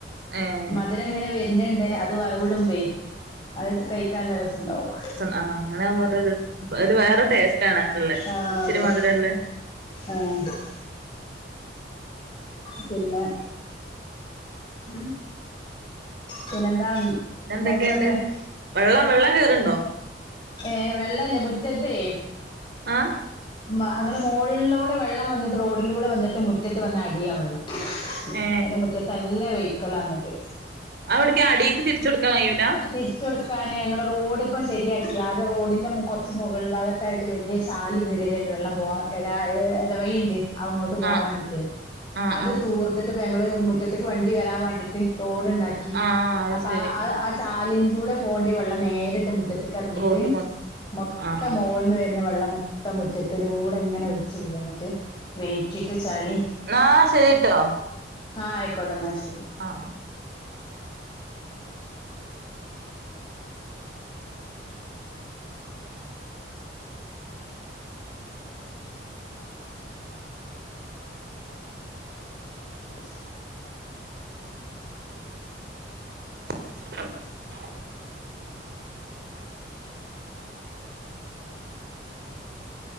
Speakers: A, on the right (about 65°); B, on the left (about 30°).
A: ഏഹ്
B: മധുരങ്ങനെ വരുണണ്ട് അത് വറവിടമ്പേ അഎട്ത്ത് കയിക്കാല്ല രസണ്ടാവും. <unintelligible>
A: ആഹ് അങ്ങനെ <unintelligible> ഒരു വെറെ ടേസ്റ്റ് ആണ് അങ്ങനള്ളെ
B: ആഹ്
A: ഇച്ചിരി
B: അതെ
A: മധുരള്ളെ
B: ആഹ്. പിന്നെ ഉം പിന്നെന്താ
A: ന്നെന്തൊക്കേണ്ട്.
B: ന്നായിക്കോട്ടെ
A: വെള്ളം വെള്ളം കേറ്ണ്ടോ?
B: ഏഹ്, വെള്ളല്ലേ മുറ്റത്തെയ്
A: ആഹ്
B: മ അങ്ങള് മോൾളൂടെ വെള്ളം വന്നിട്ട് റോഡിലൂടെ വന്നിട്ട് മുറ്റത്ത് വന്ന് അടിയ വെള്ളം.
A: ഏ
B: എന്റെ മുറ്റത് ന്നല്ല വെഹിക്കലാന്നിട്ട്
A: അവിട്ക്ക് അടീക്ക് തിരിച്ച് കൊടുക്കാ കയൂല്ല
B: തിരിച് കൊടുക്കാന് ഞങ്ങള് റോഡ് ഇപ്പ ശരിയാക്കി ആദ്യ റോഡിന്റെ കുറച്ച് മുകൾ ഭാഗ ട്ടായിട്ട് വല്യ സാല് കിറിയതെന് വെള്ളം പോവാം എട എടവയിണ്ട് അങ്ങോട്ട് പോവാണ്ടിട്ടേ,
A: ആ ആ
B: അത്
A: ആ
B: തൂർ ട്ട്പ്പ ഞങ്ങള് മുറ്റത്ത്ക്ക് വണ്ടി വെരാൻ വാണ്ടിട്ട് റോഡ്ണ്ടാക്കി.
A: ആ അത്
B: അപ്പാ
A: ശരി
B: ആ ആ ആ ചാലിൻലൂടെ പോണ്ട്യെ വെള്ളം നേരിട്ട് മുറ്റത്ത് ക്കെർങ്ങിട്ട്,
A: റോട്ടുമ്മക്ക്
B: മൊത്തം
A: ആ ആ
B: മോൾന്ന്
A: ആ
B: വെര്നെ വെള്ളം മൊത്തം മു മുറ്റത്തിലൂടെങ്ങനെ ഒലിച്ച് പോന്നിട്ട്, വെയ്ക്കിട്ട് ചളി
A: ന്നാഹ് ശരിട്ടോ
B: ആഹ്, ആയിക്കോട്ടെ ന്നാ ശെരി.
A: ആഹ്
B: <inaudible>
A: <inaudible>